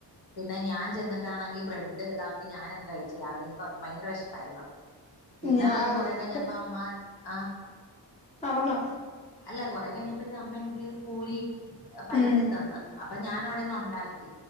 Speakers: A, on the left (about 60°); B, on the left (about 15°).
A: പിന്നെ ഞാൻ ചെന്നിട്ടാണെങ്കി ബ്രെഡ് ഇതാക്കി ഞാനങ്ങ് കഴിച്ചു രാവിലെ എനിക്ക് ഭയങ്കര വിശപായിരുന്നു പിന്നെ
B: ഞാ
A: അത് കഴിഞ്ഞ്
B: ആഹ്
A: കൊറെ കഴിഞ്ഞപ്പ അമ്മ ആഹ
B: ആ പറഞ്ഞോ
A: അല്ല കൊറ കഴിഞ്ഞപ്പത്തെ അമ്മ എനിക്ക് പൂരി പരത്തിത്തന്ന്
B: ഉം
A: അപ്പൊ ഞാൻ അവിടെന്ന് ഉണ്ടാക്കി